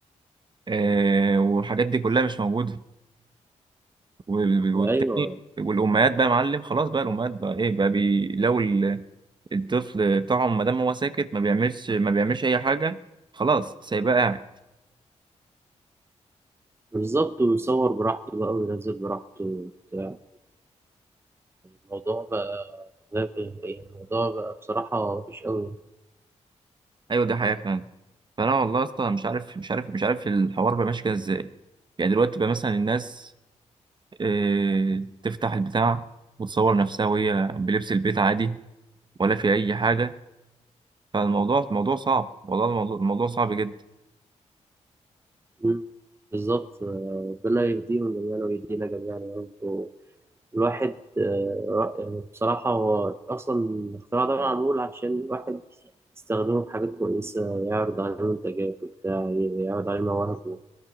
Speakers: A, on the right; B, on the right.
A: آه والحاجات دي كلها مش موجوده وال- والتاني
B: أنا. ايوه
A: والامهات بقى يا معلم خلاص بقى الامهات بقى ايه بقى بي لو ال- الطفل بتاعهم ما دام هو ساكت ما بيعملش ما بيعملش اي حاجه خلاص سايباه قاعد
B: بالظبط ويصور براحته بقى وينزل براحته وبتاع الموضوع بقى غاب- يعني الموضوع بقى بصراحة وحش قوي
A: ايوه دي حقيقة فعلا فانا والله اصلا مش عارف مش عارف مش عارف الحوار بقى ماشي كده ازاي يعني دلوقتي بقى مثلا الناس آه، تفتح البتاع وتصور نفسها وهي بلبس البيت عادي ولا في اي حاجة فالموضوع الموضوع صعب والله الموضوع الموضوع صعب جدا
B: مم. بالظبط آه، ربنا يهديهم جميعا ويهدينا جميعا يا رب و- الواحد آه، يعني بصراحة هو أصلا الاختراع ده معمول عشان الواحد يستخدمه في حاجات كويسة يعرض عليه منتجات وبتاع يعرض عليه مواهبه